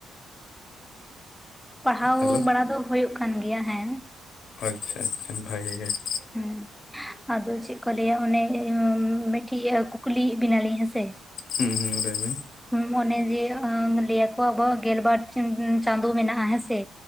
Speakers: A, in the centre; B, on the left.
A: ᱯᱟᱲᱦᱟᱣ
B: ᱦᱮᱞᱳ
A: ᱵᱟᱲᱟ ᱫᱚ ᱦᱩᱭᱩᱜ ᱠᱟᱱ ᱜᱮᱭᱟ ᱦᱮᱸ ᱾
B: ᱟᱪᱪᱷᱟ ᱟᱪᱪᱷᱟ ᱵᱷᱟᱜᱤ ᱜᱮ ᱾
A: ᱦᱮᱸ ᱾ ᱟᱫᱚ ᱪᱮᱫ ᱠᱚ ᱞᱟᱹᱭᱟ ᱚᱱᱮ ᱮᱸ ᱢᱤᱫᱴᱤᱡ ᱠᱩᱠᱞᱤᱭᱮ ᱵᱮᱱᱟᱞᱤᱧ ᱦᱮᱸᱥᱮ?
B: ᱦᱩᱸ ᱦᱩᱸ ᱞᱟᱹᱭ ᱵᱤᱱ ᱾
A: ᱢᱚᱱᱮ ᱡᱮ ᱞᱟᱹᱭ ᱟᱠᱚ ᱟᱵᱚᱣᱟᱜ ᱜᱮᱞᱵᱟᱨ ᱪᱟᱸᱫᱚ ᱢᱮᱱᱟᱜ-ᱟ ᱦᱮᱸᱥᱮ